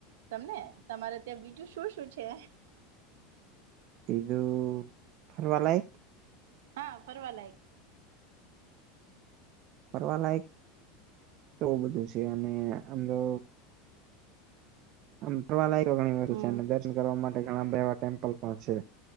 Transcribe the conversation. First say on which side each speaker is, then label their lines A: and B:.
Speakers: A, on the right (about 75°); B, on the right (about 50°).
A: તમને તમારે ત્યાં બીજું શું શું છે
B: કજું થરવા લાયક
A: હા ફરવા લ એક
B: ફરવાલાયક તોવ બધું છે અને આમ તો આમરવાલાયકો ઘણી વતુ
A: હમ
B: છે દર્શન કરવા માટે ઘણાા એવા ટેમ્પલ પણ છે